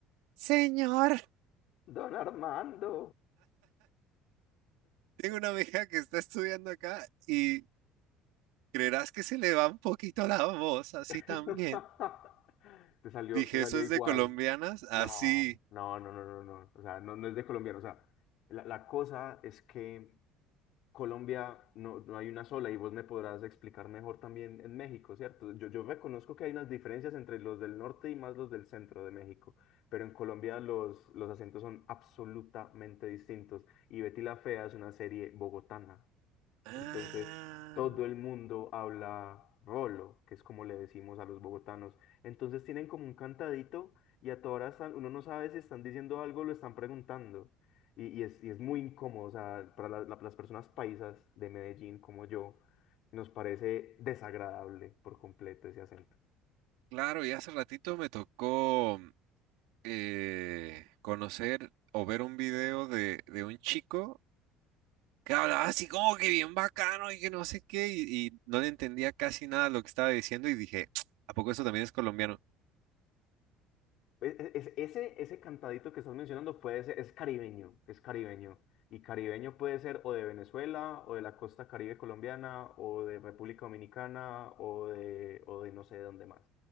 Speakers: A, on the right; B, on the left.
A: señor.
B: Don Armando.
A: Tengo una amiga que está estudiando acá y creerás que se le va un poquito la voz así
B: <laughs>
A: también.
B: Te salió,
A: Dije,
B: te salió
A: eso es
B: igual.
A: de colombianas, así.
B: No, no, no, no, no, no. O sea, no, no es de colombiano. O sea, la, la cosa es que Colombia no, no hay una sola y vos me podrás explicar mejor también en México, ¿cierto? Yo, yo reconozco que hay unas diferencias entre los del norte y más los del centro de México, pero en Colombia los, los acentos son absolutamente distintos. Y Betty la Fea es una serie bogotana.
A: Ah,
B: Entonces, todo el mundo habla rolo, que es como le decimos a los bogotanos. Entonces tienen como un cantadito y a todas horas están- uno no sabe si están diciendo algo o lo están preguntando. Y, y es, y es muy incómodo, o sea, para la- la- las personas paisas de Medellín como yo, nos parece desagradable por completo ese acento.
A: claro, y hace ratito me tocó eh, conocer o ver un video de, de un chico que hablaba así como que bien bacano y que no sé qué, y, y no le entendía casi nada lo que estaba diciendo y dije, <tsk> ¿a poco eso también es colombiano?
B: E- e- es- ese, ese cantadito que estás mencionando puede ser, es caribeño, es caribeño. Y caribeño puede ser o de Venezuela, o de la costa Caribe colombiana, o de República Dominicana, o de, o de no sé de dónde más.